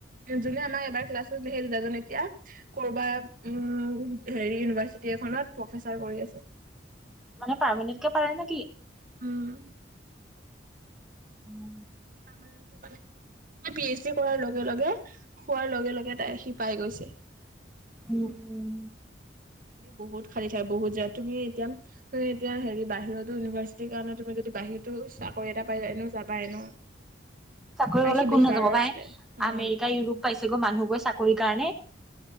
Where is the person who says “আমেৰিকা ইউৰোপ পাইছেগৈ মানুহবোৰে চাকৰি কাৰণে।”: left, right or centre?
Centre